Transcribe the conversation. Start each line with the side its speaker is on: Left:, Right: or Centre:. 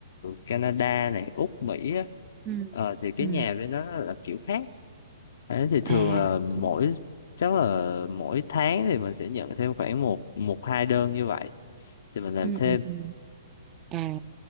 Left: Canada này Úc Mỹ á.
Right: Ừ.
Left: Ờ, thì cái
Right: Ừ.
Left: nhà bên đó là kiểu khác Đấy, thì thường
Right: À
Left: là
Right: hiểu.
Left: mỗi chắc là mỗi tháng thì mình sẽ nhận thêm khoảng một một hai đơn như vậy thì mình làm
Right: Ừ,
Left: thêm
Right: ừ, ừ. À,